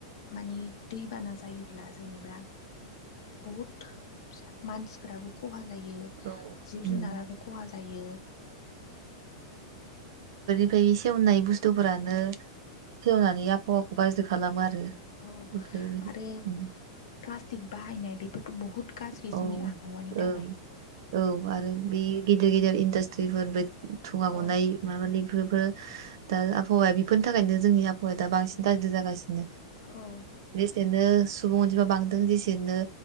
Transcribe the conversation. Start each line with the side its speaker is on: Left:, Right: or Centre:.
Left: मानि दैबाना जायोब्ला जेनेबा बहुत मानसिफ्राबो खहा जायो
Right: औ
Left: जिब
Right: उम
Left: जुनाराबो खहा जायो।
Right: ओमफ्राय बे सेवनाय बुस्थुफोरानो सेवनानै आबहावाखौ गाज्रि खालामो आरो
Left: औ
Right: बेफोर
Left: आरो प्लास्टिक बाहायनाय बेफोरथ' बुहुत गाज्रि
Right: औ
Left: जोंनि आबहावानि थाखाय।
Right: ओं औ आरो बे गिदिर गिदिर इनडास्ट्रिफोर थुंङा
Left: औ
Right: गननाय माबानि बेफोरबो दा आबहावाया बेफोरनि थाखायनो जोंनि आबहावायाा बांसिन गाज्रि जागासिनो
Left: औ
Right: जेसेनो सुबुं अनजिमा बांदों जेसेनो